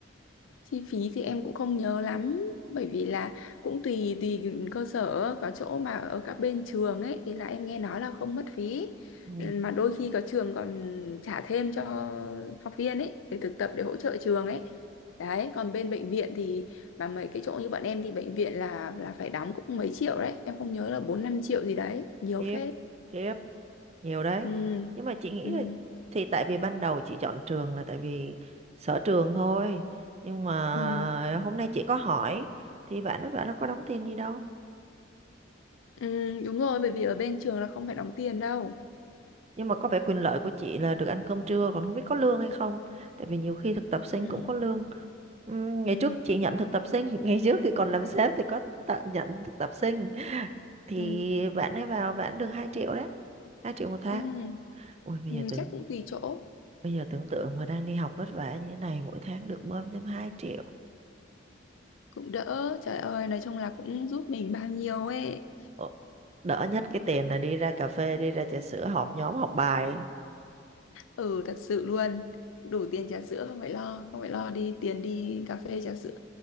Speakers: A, on the left; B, on the right.
A: Chi phí thì em cũng không nhớ lắm bởi vì là cũng tùy tùy cơ sở có chỗ mà ở các bên trường ấy thì là em nghe nói là không mất phí
B: Ừ.
A: Ừ, mà đôi khi có trường còn trả thêm cho học viên ấy để thực tập để hỗ trợ trường ấy đấy còn bên bệnh viện thì mà mấy cái chỗ như bọn em thì bệnh viện là là phải đóng cũng mấy triệu đấy em không nhớ là bốn năm triệu gì đấy nhiều
B: khiếp
A: phết
B: khiếp nhiều đấy
A: ừ
B: nhưng mà chị nghĩ
A: ừ
B: là thì tại vì ban đầu chị chọn trường là tại vì sở trường thôi nhưng mà
A: ừ
B: hôm nay chị có hỏi thì bạn nó bảo nó có đóng tiền gì đâu
A: ừ đúng rồi bởi vì ở bên trường là không phải đóng tiền đâu
B: nhưng mà có vẻ quyền lợi của chị là được ăn cơm trưa còn không biết có lương hay không tại vì nhiều khi thực tập sinh
A: ừ
B: cũng có lương Ừm, ngày
A: ừ
B: trước chị nhận thực tập sinh <laughs> ngày trước khi còn làm sếp thì có tận nhận thực tập sinh thì
A: ừ
B: bạn ấy vào bạn được 2 triệu đấy 2 triệu một tháng
A: Ừ,
B: ui bây
A: ừ,
B: giờ tưởng
A: chắc cũng tùy chỗ
B: Bây giờ tưởng tượng mà đang đi học vất vả như thế này mỗi tháng được bơm thêm hai triệu.
A: cũng đỡ trời ơi nói chung là cũng giúp mình bao nhiêu ấy
B: Ờ, Đỡ nhất cái tiền là đi ra cà phê, đi ra trà sữa họp nhóm học bài. ấy.
A: ừ thật sự luôn đủ tiền trà sữa không phải lo không phải lo đi tiền đi cà phê trà sữa